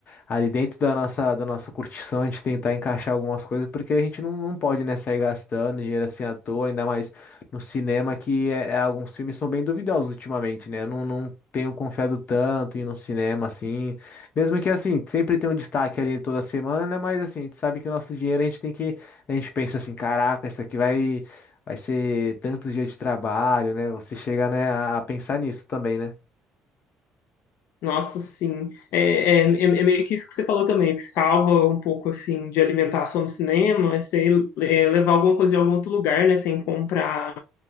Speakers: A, on the left; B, on the left.
A: ali dentro da nossa, da nossa curtição, a gente tentar encaixar algumas coisas, porque a gente não, não pode, né, sair gastando dinheiro assim à toa, ainda mais no cinema, que é, é- alguns filmes são bem duvidosos ultimamente, né? Eu não, não tenho confiado tanto em ir no cinema, assim. Mesmo que, assim, sempre tem um destaque ali toda semana, né? Mas, assim, a gente sabe que o nosso dinheiro a gente tem que... A gente pensa assim, caraca, isso aqui vai... Vai ser tantos dias de trabalho, né? Você chega, né, a a pensar nisso também, né?
B: Nossa, sim. É, é, é- é meio que isso que você falou também, que salva um pouco assim de alimentação do cinema, é você é, levar alguma coisa de algum outro lugar, né, sem comprar